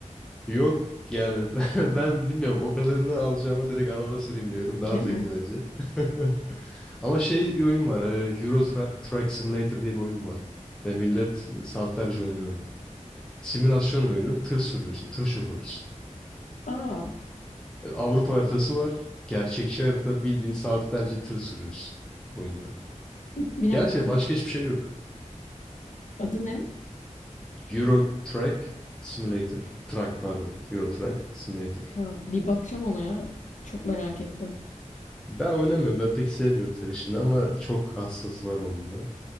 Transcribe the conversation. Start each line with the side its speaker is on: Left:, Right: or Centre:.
Centre: Yok yani <laughs> ben ben bilmiyorum o kadarını alacağıma direkt araba süreyim diyorum. Daha
Left: Değil
Centre: zevkli
Left: mi?
Centre: bence. <laughs> Ama şey bir oyun var. e, Euro Tra- Truck Simulator diye bir oyun var. Ve millet saatlerce oynuyor onu. Simülasyon oyunu. Tır sürüyorsun. Tır şoförsün.
Left: Aa,
Centre: E, Avrupa haritası var. Gerçekçi harita. Bildiğin saatlerce tır sürüyorsun oyunda.
Left: bir
Centre: Gerçi
Left: dakika
Centre: başka hiçbir şey yok.
Left: adı ne?
Centre: Euro Truck Simulator. Truck pardon. Euro Truck Simulator.
Left: Ha, bir bakacağım ona ya. Çok merak ettim.
Centre: Ben oynamıyorum. Ben pek sevmiyorum tır işini ama çok hassası var onun da.